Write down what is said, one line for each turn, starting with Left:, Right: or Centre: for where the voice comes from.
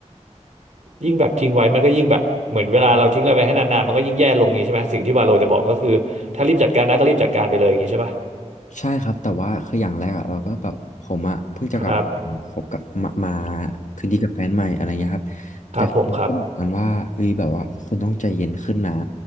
Right: ยิ่งแบบทิ้งไว้มันก็ยิ่งแบบเหมือนเวลาเราทิ้งอะไรไว้ให้นานๆมันก็ยิ่งแย่ลงนี้ใช่ไหมสิ่งที่วาโลจะบอกก็คือถ้ารีบจัดการได้ก็รีบจัดการไปเลยอย่างนี้ใช่ปะ
Left: ใช่ครับแต่ว่าคืออย่างแรกอะเราก็แบบผมอะเพิ่งจะกลับมาคบกับมามา
Right: ครับ
Left: คืนดีกับแฟนใหม่อะไรเงี้ยครับแต่คือก็บอกกันว่าเอ้ยแบบว่าคุณต้องใจเย็นขึ้นนะ
Right: ครับผมครับ